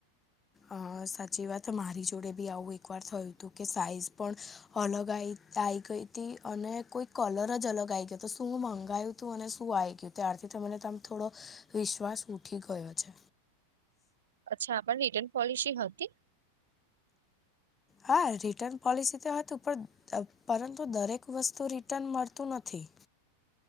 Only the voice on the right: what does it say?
અચ્છા પણ રિટર્ન પોલિસી હતી?